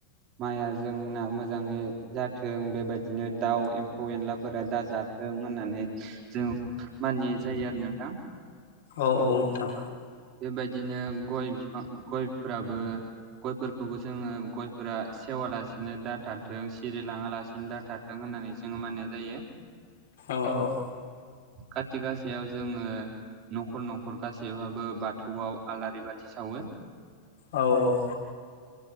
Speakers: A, on the right; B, on the left.
A: माइआ जोंना मोजाङै जाथों बेबायदिनो दाउ एम्फौ एनलाफोरा दाजाथों होननानै जों मानिनाय जायो आरो नोंथां
B: औ औ नोंथां
A: बेबायदिनो गय बिफां गयफोराबो गयफोरखौबो जोङो गयफोरा सेवा लासिनो दाथाराथों सिरि लाङा लासिनो दाथाराथों होन होननानै जोङो मानिनाय जायो
B: औ औ
A: काति गासायाव जोङो न'खर न'खर गासैबाबो बाथौआव आलारि बाथि सावो
B: औ औ